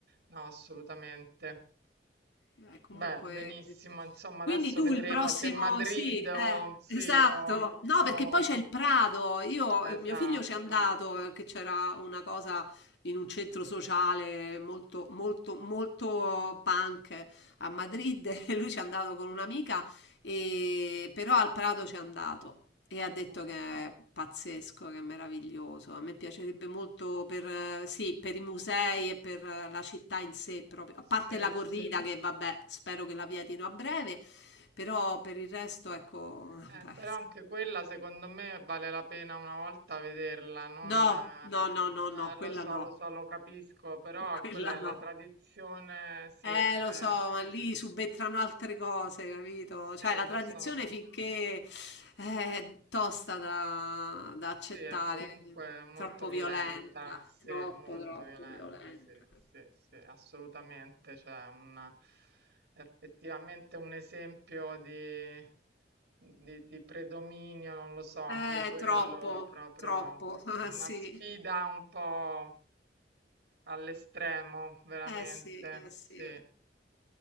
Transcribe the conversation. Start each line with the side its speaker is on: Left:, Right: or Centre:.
Right: No, assolutamente.
Left: Beh, comunque
Right: Beh, benissimo, insomma,
Left: quindi
Right: adesso
Left: tu
Right: vedremo
Left: il prossimo
Right: se Madrid
Left: sì, eh,
Right: o... Sì,
Left: esatto.
Right: o...
Left: No,
Right: o-
Left: perché poi c'è il Prado. Io, eh,
Right: Esatto.
Left: mio figlio ci è andato, eh, che c'era una cosa in un centro sociale molto, molto, molto punk a Madrid <laughs> e lui ci è andato con un'amica e- però al Prado c'è andato e ha detto
Right: Eh,
Left: che è pazzesco, che è meraviglioso. A me piacerebbe molto per, eh, sì, per i musei e per eh, la città in sé proprio,
Right: sì.
Left: a parte la corrida che vabbè, spero che la vietino a breve, però per il resto ecco, <laughs>
Right: Eh,
Left: vabbè.
Right: però anche quella, secondo me, vale la pena una volta vederla, non...
Left: No,
Right: eh,
Left: no, no, no,
Right: no,
Left: no,
Right: lo
Left: quella
Right: so,
Left: no,
Right: lo so, lo capisco, però
Left: <laughs> quella
Right: quella è la
Left: no.
Right: tradizione, sì,
Left: Eh,
Right: eh,
Left: lo so, ma lì subentrano altre cose, capito?
Right: sì,
Left: Cioè, la
Right: lo
Left: tradizione
Right: so.
Left: finché eh, è tosta da, da accettare,
Right: Sì, è comunque molto
Left: troppo
Right: violenta,
Left: violenta,
Right: sì,
Left: troppo,
Right: molto
Left: troppo
Right: violenta,
Left: violenta.
Right: sì, sì, sì, assolutamente, cioè un, è effettivamente un esempio di, di, di predominio, non lo so, anche
Left: Eh,
Right: quello
Left: troppo,
Right: proprio
Left: troppo, <laughs> ah,
Right: una
Left: sì,
Right: sfida un po' all'estremo, veramente,
Left: eh sì, eh sì.
Right: sì.